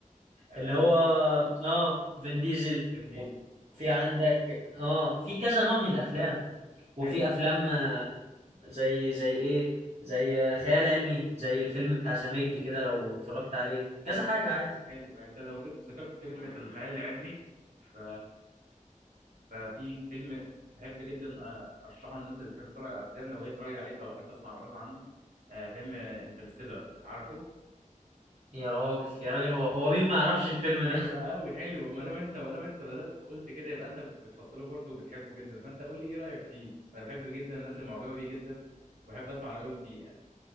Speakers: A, on the right; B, on the right.
A: آه،
B: اللي هو اه فين ديزل
A: فين ديزل
B: وفي عندك اه في كذا نوع من الافلام وفي
A: حلو
B: افلام آه، زي زي ايه زي آه، خيال علمي زي الفيلم بتاع ذا ميج كده لو اتفرجت عليه كذا
A: حلو
B: حاجة عادي
A: حلو يعني انت لو جيت ذكرت كلمه الخيال العلمي ف ففي فيلم بحب جدا آه، ارشحه للناس اللي بتحب تتفرج على الافلام لو هي اتفرجت عليه فبحب اسمع رايهم عنه آه، فيلم انترستيلر عارفه
B: يا راجل يا راجل هو هو مين ما يعرفش الفيلم ده
A: حلو قوي حلو ما دام انت ما دام انت بدأت قلت كده يبقى انت بتفضله برضه وبتحبه جدا فانت قول لي ايه رايك فيه انا بحب جدا الناس اللي معجبه بيه جدا وبحب اسمع رايهم فيه يعني